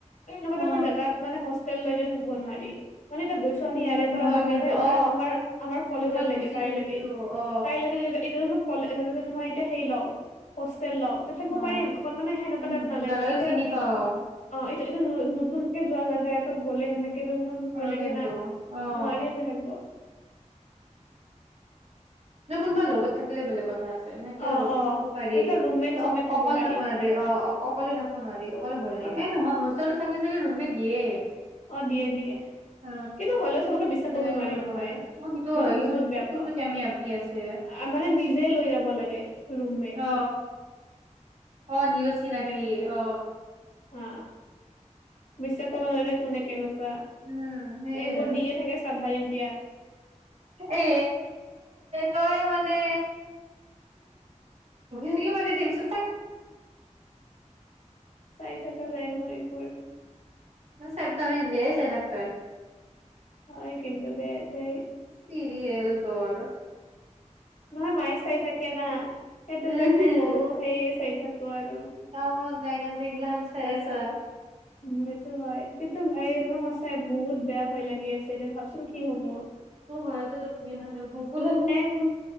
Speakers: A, on the left (about 75°); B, on the right (about 55°).
A: এনেকুৱা
B: অ
A: টাইবৰ জেগাত মানে তেল লৈ গেন হেকব নোৱাৰি মানে এতিয়া গৈছো আমি
B: উম
A: ইয়াৰে পৰা
B: হয়
A: বাহিৰহ
B: কিন্তু
A: আমাৰ
B: অ
A: আমাৰ আমাৰ কলেজৰ
B: একবাৰ
A: লৈকে
B: গুচি
A: তাইৰ
B: গৈছো
A: লৈকে
B: অ
A: তাই ল লৈকে যদি এতিয়া যদি মোক কলে এ তাৰ পিছতো মই এতিয়া হেৰি লওঁ হোটেল ল থাকিব
B: অ
A: পাৰিম অকন মানে সেনেকুৱা
B: উম
A: টাইব নালাগিব
B: জাগাটো
A: এতিয়া
B: চিনি পাও
A: অ এইটো নতুনকে যোৱা জেগা এটাত গ'লে সেনেক কেইদিনাখন
B: হয়
A: ভয় লাগে
B: কিন্তু
A: না
B: অ
A: নোৱাৰি এনেকে থাকব
B: নাই কোনোবা লগত থাকিলে বেলেগ কথা আছ সেনেকে
A: অ
B: অলপ
A: অ
B: থাকিব পাৰি
A: সেনেকে ৰুমমেট চুমমেট
B: অ অকলে
A: পাৰি
B: থাকিব নোৱাৰি অ অকলে থাকিব নোৱাৰি অকলে ভয় লাগে
A: আৰু
B: এ নহয় হোষ্টেলত থাক সেইটো চাগে ৰুমেমেট দিয়ে।
A: অ দিয়ে দিয়ে
B: অ
A: কিন্তু হ'লেও চবকে বিশ্বাস
B: বেলেগে
A: কৰিব নোৱাৰি
B: নকৰে
A: নহয়
B: অ সেইটো
A: মইতো
B: হয় কিছুমান
A: বহুত বেয়া
B: কি কৈছো
A: পাওঁ।
B: এতিয়া আমি ভাবি আছে
A: অ মানে নিজে লৈ যাব লাগে ৰুম মেট
B: অ অ নিজৰ চিনাকি
A: ৰুমমেট
B: অ
A: হা বিশ্বাস কৰিব নোৱাৰি নে কোনে কেনেকু এইবোৰ
B: উম সেইয়ে
A: দিয়ে থাকে চাব ভাল ইণ্ডিয়াত
B: এ্ তই মনে্ ভকি চকি মাৰি দিম চোপ থাক
A: চাই থাকা যায় মোৰ এইবোৰ
B: না চাবদাম ইণ্ডিয়া চাই থাক তই
A: হয় কিন্তু দে দে
B: তিৰি এল তৰ
A: নহয় মায়ে চাই থাকে না সেইটো
B: উম
A: কাৰণে মইও সেই চাই থাকো ক আৰু
B: কাম বন নাই কাৰানে এইগিলাখন চাই আছা আ
A: উ সেইটো হয় কিন্তু ভাই মোৰ সঁচাই বহুত বেয়া ভয় লাগি আছে এতিয়া ভাবচোন কি হব।
B: মোৰ ভয়তে টোপনি অহা নাই ভকো লাগিব
A: এ